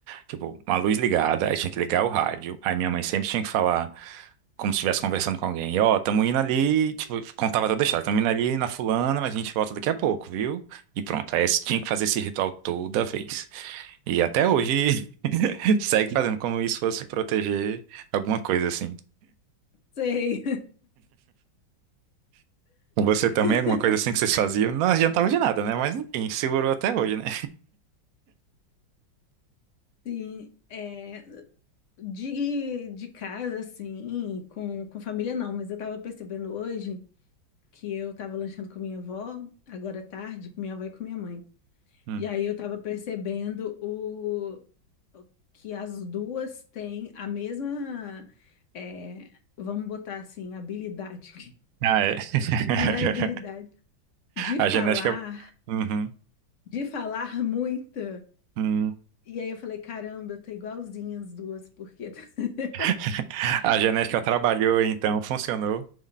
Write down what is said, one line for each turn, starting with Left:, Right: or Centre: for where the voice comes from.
Right: tipo, uma luz ligada, aí tinha que ligar o rádio. Aí minha mãe sempre tinha que falar como se estivesse conversando com alguém. E, Ó, tamo indo ali, tipo, contava toda a história. Tamo indo ali na fulana, mas a gente volta daqui a pouco, viu? E pronto. Aí esse- tinha que fazer esse ritual toda vez. E até hoje <laughs> segue fazendo como isso fosse proteger alguma coisa assim.
Left: Sei.
Right: Com você
Left: <laughs>
Right: também, alguma coisa assim que vocês faziam, não adiantava de nada, né? Mas enfim, segurou até hoje, né?
Left: Sim, é, de, de casa, assim, com, com família não, mas eu tava percebendo hoje que eu tava lanchando com minha avó, agora à tarde, com minha avó e com minha mãe.
Right: Hum.
Left: E aí eu tava percebendo o, o- que as duas têm a mesma, é, vamos botar assim, habilidade.
Right: Ah, é. <laughs>
Left: Não é habilidade. De
Right: A
Left: falar,
Right: genética. Uhum.
Left: de falar muito.
Right: Hum.
Left: E aí eu falei, caramba, eu tô igualzinha as duas, porque <laughs>
Right: <laughs> A genética trabalhou, então funcionou